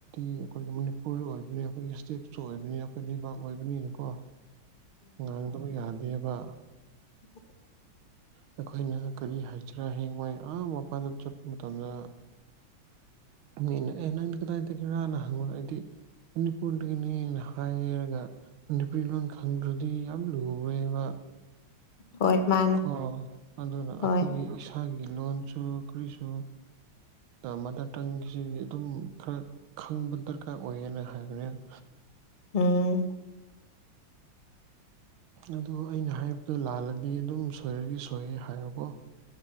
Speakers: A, on the right (about 85°); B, on the left (about 35°).
A: ꯑꯩꯈꯣꯏꯒꯤ ꯃꯅꯤꯄꯨꯔ ꯑꯣꯏꯕꯅꯤ ꯑꯩꯈꯣꯏꯒꯤ ꯏꯁꯇꯦꯠꯁꯨ ꯑꯣꯏꯕꯅꯤ ꯑꯩꯈꯣꯏ ꯂꯩꯕꯥꯛ ꯑꯣꯏꯕꯅꯤꯅꯀꯣ ꯉꯥꯡꯗꯕꯨ ꯌꯥꯗꯦꯕ
B: ꯎꯝ
A: ꯑꯩꯈꯣꯏꯅ ꯀꯔꯤ ꯍꯥꯏꯁꯤꯔꯥ ꯍꯌꯦꯡꯋꯥꯏ ꯑꯥ ꯃꯄꯥꯟꯗ ꯆꯠꯄ ꯃꯇꯝꯗ ꯃꯤꯅꯦ ꯑꯩ ꯅꯪꯗꯤ ꯀꯗꯥꯏꯗꯒꯤꯔꯥꯅ ꯍꯪꯉꯣꯅ ꯑꯩꯗꯤ ꯃꯅꯤꯄꯨꯔꯗꯒꯤꯅꯦꯅ ꯍꯥꯏꯔꯒ ꯃꯅꯤꯄꯨꯔꯤ ꯂꯣꯟ ꯈꯪꯗ꯭ꯔꯗꯤ ꯌꯥꯝ ꯂꯨꯨꯔꯦꯕ
B: ꯍꯣꯏ ꯃꯥꯅꯦ
A: ꯀꯣ ꯑꯗꯨꯅ ꯑꯩꯈꯣꯏꯒꯤ
B: ꯍꯣꯏ
A: ꯏꯁꯥꯒꯤ ꯂꯣꯟꯜꯁꯨ ꯀꯔꯤꯁꯨ ꯃꯥꯗꯔ ꯇꯪꯒꯤꯁꯤ ꯑꯗꯨꯝ ꯈꯔ ꯈꯪꯕ ꯗꯔꯀꯥꯔ ꯑꯣꯏꯌꯦꯅ ꯍꯥꯏꯕꯅꯤꯅ
B: ꯎꯝ
A: ꯑꯗꯨ ꯑꯩꯅ ꯍꯥꯏꯕꯗꯣ ꯂꯥꯜꯂꯗꯤ ꯑꯗꯨꯝ ꯁꯣꯏꯔꯗꯤ ꯁꯣꯏꯌꯦ ꯍꯥꯏꯨꯀꯣ